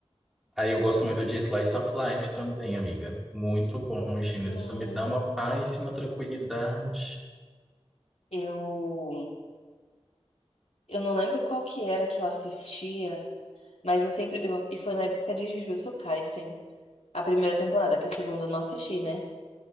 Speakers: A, in the centre; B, on the left.
A: Aí eu gosto muito de Slice of Life também, amiga. Muito
B: Sim,
A: bom o gênero, só me dá uma paz e uma tranquilidade.
B: eu, eu não lembro qual que era que eu assistia, mas eu sempre, eu- e foi na época de Jujutsu Kaisen. A primeira temporada, que a segunda eu não assisti, né?